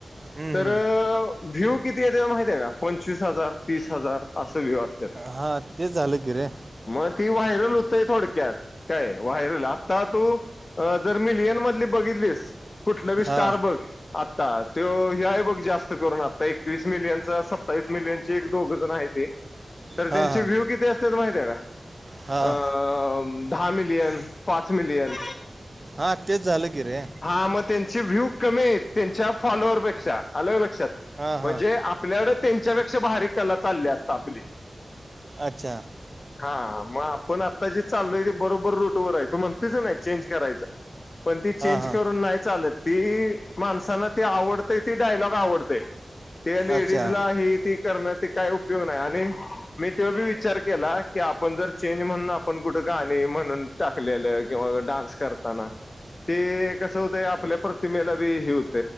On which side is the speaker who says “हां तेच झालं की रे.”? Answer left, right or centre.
Right